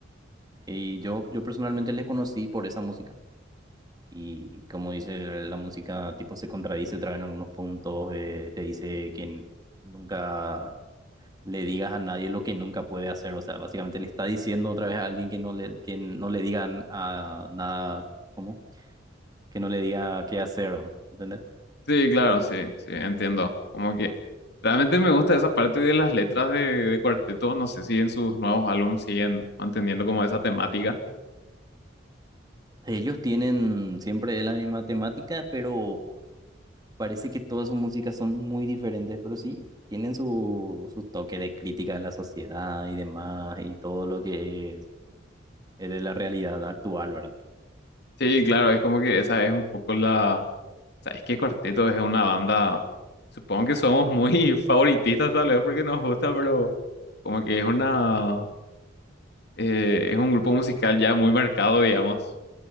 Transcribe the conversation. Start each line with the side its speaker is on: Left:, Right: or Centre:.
Right: Y yo, yo personalmente les conocí por esa música. Y como dice, la música tipo se contradice otra vez en algunos puntos, eh, te dice que nunca... le digas a nadie lo que nunca puede hacer. O sea, básicamente le está diciendo otra vez a alguien que no le, que no le digan a nada, ¿cómo? Que no le diga qué hacer, ¿o? ¿entendés?
Left: Sí, claro, sí, sí, entiendo. Como que realmente me gusta esa parte de las letras de, de cuarteto. No sé si en sus nuevos álbumes siguen manteniendo como esa temática.
Right: Ellos tienen siempre la misma temática, pero parece que todas sus músicas son muy diferentes, pero sí tienen su, su toque de crítica a la sociedad y demás, y todo lo que es, es de la realidad actual, ¿verdad?
Left: Sí, claro, es como que esa es un poco la... ¿Sabes qué? Cuarteto es una banda, supongo que somos muy <laughs> favoritistas tal vez porque nos gusta, pero como que es una... eh, es un grupo musical ya muy marcado, digamos.